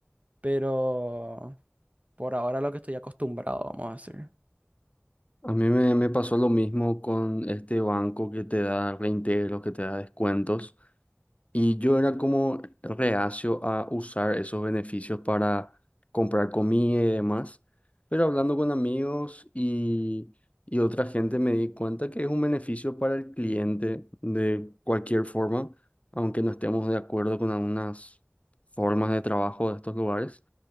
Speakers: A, on the right; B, on the left.
A: pero por ahora lo que estoy acostumbrado, vamos a decir.
B: A mí me, me pasó lo mismo con este banco que te da reintegros, que te da descuentos. Y yo era como reacio a usar esos beneficios para comprar comida y demás. Pero hablando con amigos y, y otra gente me di cuenta que es un beneficio para el cliente de cualquier forma, aunque no estemos de acuerdo con algunas formas de trabajo de estos lugares.